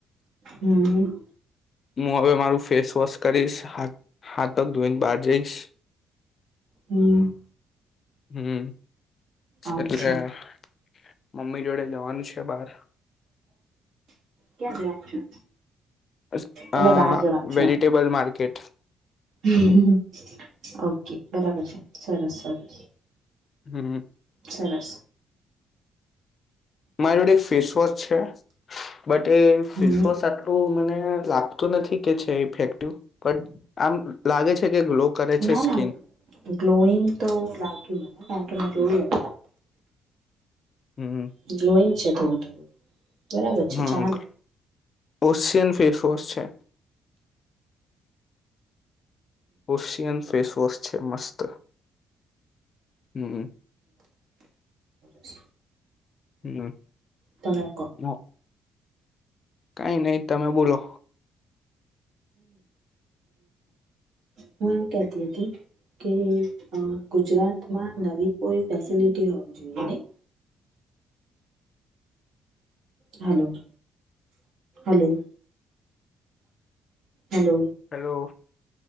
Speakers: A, on the right; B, on the left.
A: હમ્મ.
B: હું હવે મારું ફેસ વોશ કરીશ હા હાથક ધોઈને બહાર જઈશ.
A: હમ્મ.
B: હમ્મ.
A: અચ્છા
B: એટલે મમ્મી જોડે જવાનું છે બાહર.
A: ક્યાં જવાનું છે?
B: એસ
A: એટલે
B: અહ
A: બહાર જવાનું છે
B: વેજિટેબલ માર્કેટ.
A: એમ ઓકે બરાબર છે સરસ સરસ.
B: હમ્મ.
A: સરસ.
B: મારી હૂડે ફેસ વોશ છે બટ એ
A: હમ
B: ફેસ વોશ આટલું મને લાગ ગતું નથી કે છે ઇફેક્ટિવ બટ આમ લાગે છે કે ગ્લો કરે છે
A: ના
B: સ્કીન
A: ના ગ્લોઈંગ તો લાગીયું મને કાઈ મેં જોયું
B: હમ
A: એ <inaudible> ગ્લોઈંગ છે થોડું થોડું બરાબર
B: હમ્મ
A: છે ચાલે
B: ઓશયન ફેસ વશ છે ઓશિયન ફેસ વશ છે મસ્ત હમ્મ
A: સરસ
B: હમ્મ
A: તમે કહો
B: ન કઈ નહી તમે બોલો
A: હું એમ કેતી હતી કે ગુજરાતમાં નવી કોઈ ફેસિલિટી હોવી જોઈએ નહી હલો હલો. હલો
B: હેલો